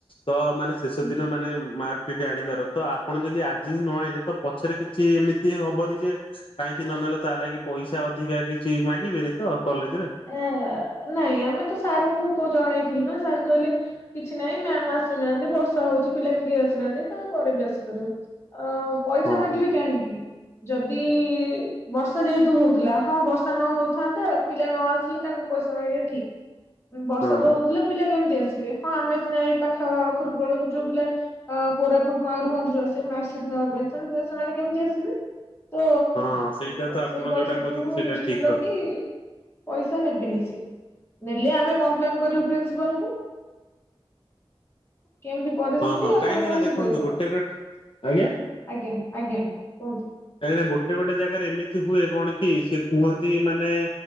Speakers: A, on the left; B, on the left.
A: ତ ମାନେ। ସେଦିନ
B: ଆଜ୍ଞା।
A: ମାନେ ମା। ସେଇଠି ଆଣିବାର ତ ଆପଣ ଯଦି ଆଜି ହିଁ ନ ଆଇଲେ ତ ପଛରେ କିଛି ଏମିତି ହବନି ଯେ। କାହିଁକି ନ ନେଲ ତା ଲାଗି ପଇସା ଅଧିକା କିଛି ମାଗିବେନି ତ କଲେଜ ରେ।
B: ଆ ନାଇଁ ଆମେ ତ ସାରଙ୍କୁ ଜଣେଇଥିଲୁ ନା ସାର୍ କହିଲେ। କିଛି ନାହିଁ ମ୍ୟାମ୍ ଆସିନାହାନ୍ତି ବର୍ଷା ହଉଛି ପିଲା ବି କେହି ଆସିନାହାନ୍ତି ତା ପରେବି ଆସିପାରିବ। ହଁ ପଇସା
A: ହଁ
B: ମାଗିବେ
A: ହଁ
B: କାହିଁକି। ଯଦି ବର୍ଷା ଯେହେତୁ ହଉଥିଲା ହଁ ବର୍ଷା ନ ହଉଥାନ୍ତା ପିଲା ନ ଆସିଲେ ତାଙ୍କୁ ପଇସା ମାଗିବେ ଠିକ୍ ବର୍ଷା
A: ହଁ
B: ତ ହଉଥିଲା ପିଲା କେମିତି ଆସିବେ। ହଁ ଆମେ ସିନା ଏଇ ପାଖ ଆଖରୁ ପଳେଇବୁ ଯୋଉଁ ପିଲା। ହଁ କୋରାପୁଟ ମୟୂରଭଞ୍ଜ ରୁ ଆସିବେ ମାର୍କସିଟ୍ ନେବାପାଇଁ ସେମାନେ ସେମାନେ କେମିତି ଆସିବେ। ତ
A: ହଁ ସେଇଟା ତ
B: ସେଇ
A: ଆପଣ
B: ପରିସ୍ଥିତିକୁ
A: ଯୋଉଟା କହୁଛନ୍ତି ସେଇଟା
B: ଦୃଷ୍ଟିରେ
A: ଠିକ
B: ରଖି
A: କଥା
B: ପଇସା ନେବେନି ସେ ନେଲେ ଆମେ କମ୍ପ୍ଲେନ୍ କରିବୁ ପ୍ରିନ୍ସିପାଲ ଙ୍କୁ। କେମିତି। ପରିସ୍ଥିତି
A: ହଁ ହଁ
B: ଆପଣ କାହିଁକି
A: ନା ଦେଖନ୍ତୁ
B: ପଇସା
A: ଗୋଟେ
B: ନେବେ
A: ଆଜ୍ଞା
B: ଆଜ୍ଞା ଆଜ୍ଞା କୁହନ୍ତୁ
A: କାହିଁକିନା ଗୋଟେ ଗୋଟେ ଜାଗାରେ ଏମିତି ହୁଏ କଣ କି ସେ କୁହନ୍ତି ମାନେ।